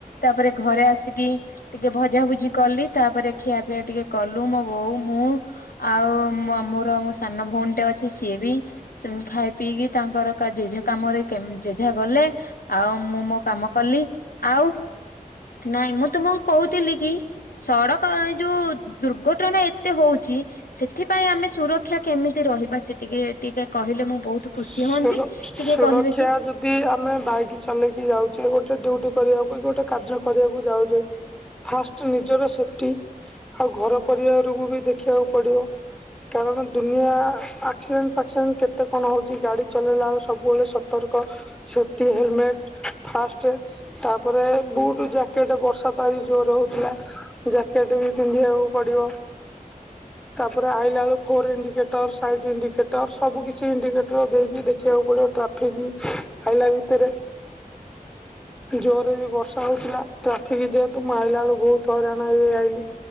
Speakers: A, on the left; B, in the centre.
A: ତାପରେ ଘରେ ଆସିକି ଟିକେ ଭଜାଭୁଜି କଲି, ତାପରେ ଖିଆ ପିଆ ଟିକେ କଲୁ ମୋ ବୋଉ ମୁଁ। ଆଉ ମା ମୋର ମୋ ସାନ ଭଉଣୀ ଟେ ଅଛି ସିଏ ବି। ସେମିତି ଖାଇ ପିଇକି ତାଙ୍କର କା ଜେଝା କାମରେ ଯେଝା ଗଲେ। ଆଉ ମୁଁ ମୋ କାମ କଲି, ଆଉ ନାଇଁ ମୁଁ ତୁମକୁ କହୁଥିଲି କି ସଡକ ଏ ଯୋଉ ଦୁର୍ଘଟଣା ଏତେ ହଉଚି। ସେଥିପାଇଁ ଆମେ ସୁରକ୍ଷା କେମିତି ରହିବା? ସେ ଟିକେ ଟିକେ କହିଲେ ମୁଁ ବହୁତୁ ଖୁସି
B: ସୁର
A: ହୁଅନ୍ତି, ଟିକେ
B: ସୁରକ୍ଷା
A: କହିବେ କି?
B: ଯଦି ଆମେ ବାଇକି ଚଲେଇକି ଯାଉଚେ ଗୋଟେ ଡ୍ୟୁଟି କରିବାକୁ କି ଗୋଟେ କାର୍ଯ୍ୟ କରିବାକୁ ଯାଉଚେ। ଫାଷ୍ଟ ନିଜର ସେଫ୍ଟି ଆଉ ଘର ପରିବାରକୁ ବି ଦେଖିବାକୁ ପଡିବ। କାରଣ ଦୁନିଆ ଆକ୍ସିଡେଣ୍ଟ ଫାକ୍ସିଡେଣ୍ଟ କେତେ କଣ ହଉଛି ଗାଡି। ଚଲେଇଲା ସବୁବେଳେ ସତର୍କ ସେଫ୍ଟି ହେଲମେଟ୍ ଫାଷ୍ଟେ। ତାପରେ ବୁଟୁ ଜ୍ୟାକେଟ ବର୍ଷା ତ ଆଜି ଜୋରେ ହଉଥିଲା। ଜ୍ୟାକେଟ ବି ପିନ୍ଧିବାକୁ ପଡିବ। ତାପରେ ଆଇଲା ବେଳକୁ ଫୋର ଇଣ୍ଡିକେଟର ସାଇଡ ଇଡିିକେଟର ସବୁ କିଛି ଇଣ୍ଡିକେଟର ଦେଇକି ଦେଖିବାକୁ ପଡିବ ଟ୍ରାଫିକି ଆଇଲା ଭିତେରେ। ଜୋରେ ବି ବର୍ଷା ହଉଥିଲା ଟ୍ରାଫିକି ଯେହେତୁ ମୁଁ ଆଇଲା ବେଳକୁ ବହୁତୁ ହଇରାଣ ହେଇ ହେଇ ଆଇଲି।